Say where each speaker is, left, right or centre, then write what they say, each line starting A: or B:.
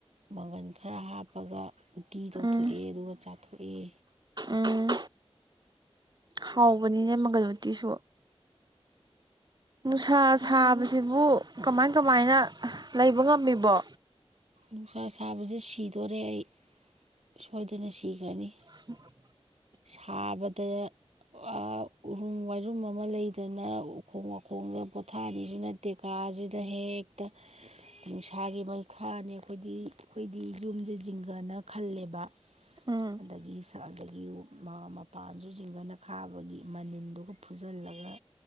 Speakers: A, on the right; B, on the right.
A: ꯃꯪꯒꯟ ꯈꯔ ꯍꯥꯞꯄꯒ ꯎꯇꯤ ꯇꯧꯊꯣꯛꯑꯦ
B: ꯎꯝ
A: ꯑꯗꯨꯒ ꯆꯥꯊꯣꯛꯑꯦ
B: ꯎꯝ ꯍꯥꯎꯕꯅꯤꯅꯦ ꯃꯪꯒꯟ ꯎꯇꯤꯁꯨ ꯅꯨꯡꯁꯥ
A: ꯍꯥꯎꯋꯤ
B: ꯁꯥꯕꯁꯤꯕꯨ ꯀꯃꯥꯏ ꯀꯃꯥꯏꯅ ꯂꯩꯕ ꯉꯝꯃꯤꯕꯣ
A: ꯅꯨꯡꯁꯥ ꯁꯥꯕꯁꯦ ꯁꯤꯗꯣꯔꯦ ꯑꯩ ꯁꯣꯏꯗꯅ ꯁꯤꯈ꯭ꯔꯅꯤ
B: <unintelligible>
A: ꯁꯥꯕꯗ ꯑꯥ ꯎꯔꯨꯝ ꯋꯥꯏꯔꯨꯝ ꯑꯃ ꯂꯩꯗꯅ ꯎꯈꯣꯡ ꯋꯥꯈꯣꯡꯗ ꯄꯣꯊꯥꯅꯤꯁꯨ ꯅꯠ ꯇꯦ ꯀꯥꯁꯤꯗ ꯍꯦꯛꯇ ꯅꯨꯡꯁꯥꯒꯤ ꯃꯩꯈꯥ ꯍꯥꯅꯦ ꯑꯈꯣꯏꯗꯤ ꯑꯈꯣꯏꯗꯤ ꯌꯨꯝꯖꯦ ꯖꯤꯡꯒꯅ ꯈꯜꯂꯦꯕ
B: ꯎꯝ
A: ꯑꯗꯒꯤ ꯁꯥꯗꯒꯤ ꯃꯥ ꯃꯄꯥꯟꯁꯨ ꯖꯤꯡꯒꯅ ꯈꯥꯕꯒꯤ ꯃꯅꯤꯟꯗꯨꯒ ꯐꯨꯖꯤꯜꯂꯒ